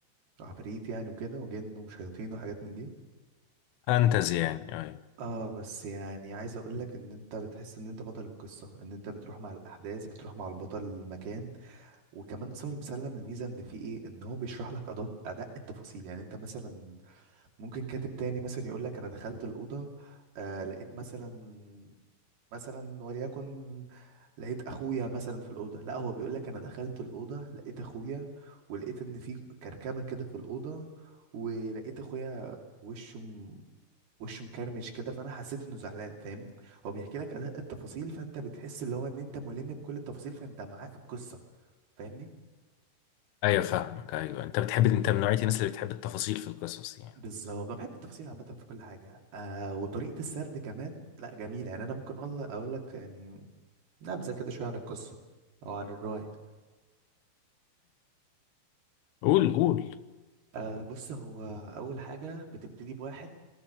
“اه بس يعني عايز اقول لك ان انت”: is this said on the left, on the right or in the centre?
Right